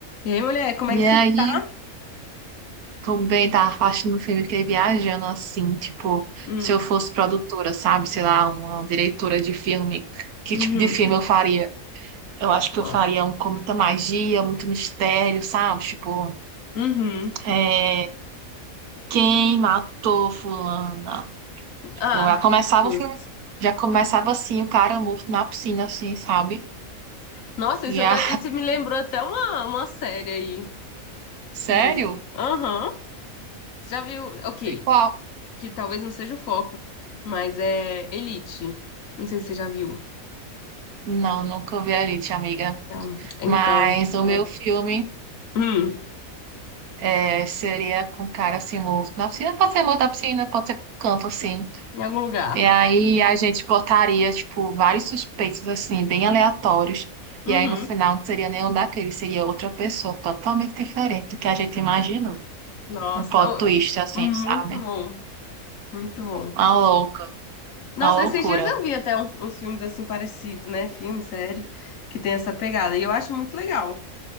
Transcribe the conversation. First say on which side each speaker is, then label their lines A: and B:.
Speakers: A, on the left; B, on the right.
A: E aí, mulher, como
B: E
A: é que você
B: aí,
A: tá?
B: tô bem, tava assistindo um filme que é viajando assim, tipo,
A: Hum,
B: se eu fosse produtora, sabe? Sei lá, uma diretora de filme, que
A: uhum,
B: tipo de filme eu faria? Eu acho
A: nossa,
B: que eu faria um com muita magia, muito mistério, sabe? Tipo,
A: uhum.
B: é, quem matou fulana? Tipo,
A: Ah,
B: já começava
A: justo.
B: o filme, já começava assim, o cara morto na piscina, assim, sabe?
A: Nossa,
B: E
A: isso, até,
B: a...
A: isso me lembrou até uma, uma série aí.
B: <laughs> Sério?
A: Não sei se. Aham. Você já viu? Ok,
B: E Qual?
A: que talvez não seja o foco, mas é Elite. Não sei se você já viu.
B: Não, nunca vi a Elite, amiga.
A: Então, então,
B: Mas o meu
A: é.
B: filme.
A: Hum,
B: É, seria com um cara assim, morto na piscina, pode ser morto na piscina, pode ser com canto assim.
A: em algum lugar.
B: E aí a gente botaria, tipo, vários suspeitos assim, bem aleatórios.
A: Uhum.
B: E aí no final não seria nenhum daqueles, seria outra pessoa totalmente diferente do que a gente imaginou.
A: Nossa,
B: Um plot
A: ô,
B: twist, assim,
A: muito
B: sabe?
A: bom, muito bom.
B: Uma louca,
A: Nossa,
B: uma
A: esses
B: loucura,
A: dias eu vi até uns, uns filmes assim parecidos, né? Filme, série, que tem essa pegada. E eu acho muito legal.